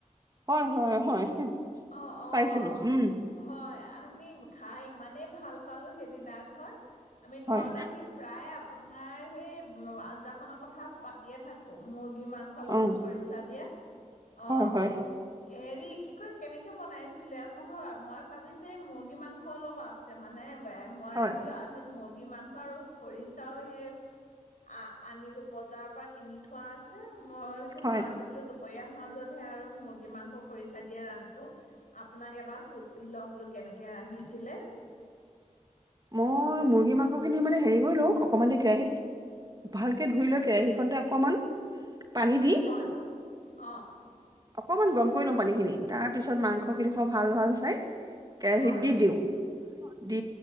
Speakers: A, on the right; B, on the left.
A: হয় হয় হয়।
B: অ', অ',
A: খুৱাইছিলো উম
B: হয় আ মি খাই ইমানেই ভাল পালোঁ সেইদিনাখন। আমি
A: হয়
B: ঘৰত আহি প্ৰায় আপোনাৰ সেই উম আঞ্জা খনৰ কথা পাতিয়ে থাকোঁ মুৰ্গী মাংস লগত
A: অ
B: খৰিচা দিয়া। অ',
A: হয় হয়
B: এই হেৰী কি কয় কেনেকে বনাইছিলে হয়, মই ভাৱিছে মুৰ্গী মাংস অলপ আছে মানে বে, মই
A: হয়
B: বোলো আজি মোৰ গি মাংস আৰু খৰিছাওহে আ আনিতু বজা বা কিনি থোৱা আছে, মই ভাবিছো
A: হয়
B: মই বোলো দুপৰীয়া খাও যদি হে আৰু মুৰ্গী মাংস‌ খৰিচা দিয়ে ৰান হো আপোনাক এবাৰ সুধি লওঁ বোলো কেনেকে ৰান্ধিছিলে।
A: মই মুৰ্গী মাং স খিনি মানে হেৰি কৰি লওঁ অকণমান দেৰি কেৰাহীত, ভালকে ধুইলো কেৰাহীখন তে অকমান। পানী দি
B: হয়, অ'।
A: অকমান গৰম কৰি লওঁ পানীখিনি, তাৰ পিছত মাংস <unintelligible> ভাল ভাল চাই, কেৰাহীত
B: হয়
A: দি দিওঁ। দি